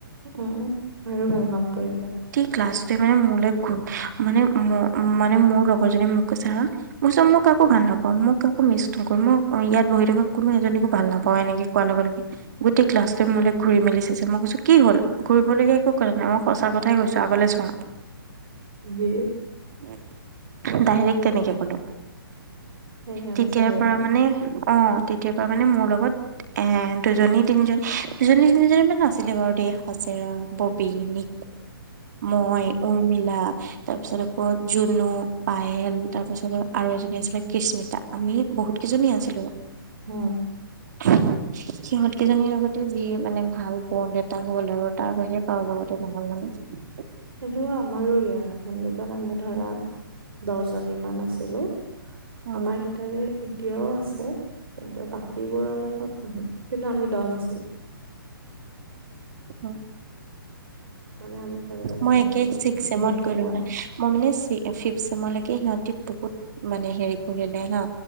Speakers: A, on the right; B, on the right.
A: উম আৰু ভাল কাম কৰিলা।
B: এই ক্লাছটোৱে মানে মোলে গ মানে ম মানে মোৰ লগৰ জনী মোক কৈছে হা মই কৈছো মই কাকো ভাল নাপাওঁ মোক কাকো মিছ নকৰো মই ইয়াত বহি থকা কোনো এজনীকো ভাল নাপাওঁ এনেকে কোৱাৰ লগে লগে গোটেই ক্লাছটোৱে মোলে ঘূৰি মেলি চাইছে মই কৈছো কি হল? ঘূৰিবলগীয়া একো কথা নাই মই সঁচা কথাই কৈছো আগলে চোৱা।
A: সে
B: উম ডাইৰেক্ট তেনেকে কলো
A: সেইকাৰণে
B: তেতিয়াৰ
A: চাগে
B: পৰা মানে অ তেতিয়া পা মানে মোৰ লগত এ দুজনী তিনিজনী দুজনী তিনিজনী মান আছিলে বাৰু দেই হাচিৰা ববি নি মই
A: উম,
B: উৰ্মিলা তাৰপিছত আকৌ জুনু। পায়েল তাৰ পিছত আৰু এজনী আছিলে কৃচস্মিতা আমি বহুত কেইজনী আছিলো।
A: উম
B: <unintelligible> সিহঁত কেইজনীৰ লগতে যি মানে ভাল বন্ড এটা হ'ল আৰু তাৰ বাহিৰে কাৰো লগতে নহল মানে। উম।
A: সেনেকুৱা আমাৰো ইয়া যেনেকুৱা আমি ধৰা। দহ জনী মান আছিলো
B: উম
A: আমাৰ গিটাৰে এতিয়াও আছ কি কিন্তু বাকীবোৰৰ লগত কিন্তু আমি দল আছিলোঁ
B: উম
A: মানে আমি কাৰো কথা
B: মই
A: নুশুনো
B: একে চিক চেমত
A: বিশেষকে
B: গলোঁ
A: মই
B: হয়। মই মানে চিক ভিট চেমলে সিহঁতে বহুত মানে হেৰি কৰিলে হা।